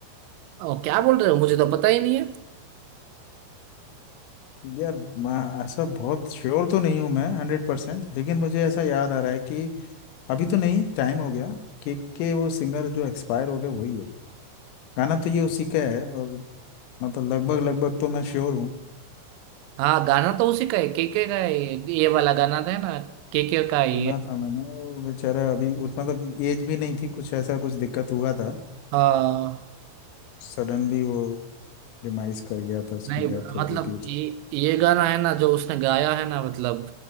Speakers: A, on the right (about 85°); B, on the left (about 90°).
A: ओ, क्या बोल रहे हो मुझे तो पता ही नहीं है
B: यार मैं ऐसा बहुत श्योर तो नहीं हूँ मैं हंड्रेड परसेंट लेकिन मुझे ऐसा याद आ रहा है कि अभी तो नहीं टाइम हो गया के वो सिंगर जो एक्सपायर हो गए वही है गाना तो ये उसी का है और मतलब लगभग लगभग तो मैं श्योर हूँ
A: हाँ गाना तो उसी का है के के का है ये ये वाला गाना था ना के के का ही
B: सुना
A: है
B: था मैंने वो बेचारा अभी उस मतलब एज भी नहीं थी कुछ ऐसा कुछ दिक्कत हुआ था
A: हाँ
B: सडनली वो डिमाइस कर गया था उसकी
A: नहीं मतलब
B: डेथ हो गई थी बेचारा
A: ये ये गाना है ना जो उसने गाया है ना मतलब